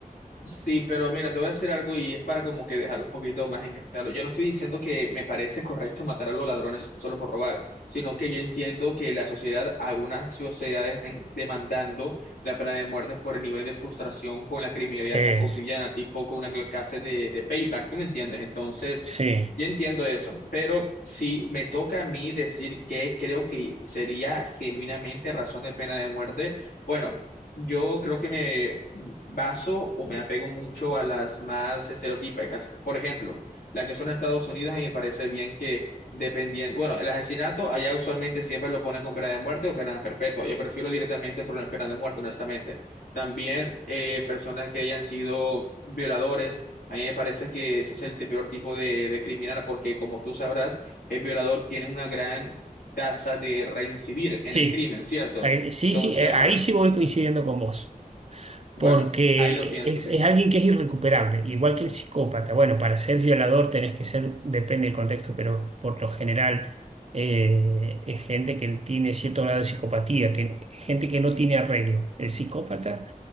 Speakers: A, on the left; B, on the right.
A: Sí, pero mira, te voy a decir algo y es para como que dejarlo un poquito más en claro. Yo no estoy diciendo que me parece correcto matar a los ladrones solo por robar, sino que yo entiendo que la sociedad, algunas sociedades están demandando la pena de muerte por el nivel de frustración con la criminalidad
B: Eso.
A: tan cotidiana, tipo con una clase de, de payback, ¿tú me entiendes? Entonces,
B: Sí,
A: yo entiendo eso, pero si me toca a mí decir que creo que sería genuinamente razón de pena de muerte. Bueno, yo creo que me baso o me apego mucho a las más estereotípicas. Por ejemplo, la que son en Estados Unidos, a mí me parece bien que dependiendo, bueno, el asesinato allá usualmente siempre lo ponen con pena de muerte o cadena perpetua. Yo prefiero directamente poner pena de muerte, honestamente. También eh, personas que hayan sido violadores, a mí me parece que ese es el peor tipo de, de criminal porque como tú sabrás, el violador tiene una gran tasa de reincidir
B: sí.
A: en el crimen, ¿cierto?
B: Ahí- sí,
A: Entonces,
B: sí, eh,
A: ajá,
B: ahí sí voy coincidiendo con vos.
A: bueno,
B: porque
A: ahí lo pienso,
B: es,
A: sí.
B: es alguien que es irrecuperable, igual que el psicópata. Bueno, para ser violador tenés que ser, depende del contexto, pero por lo general eh, es gente que tiene cierto grado de psicopatía, que, gente que no tiene arreglo. El psicópata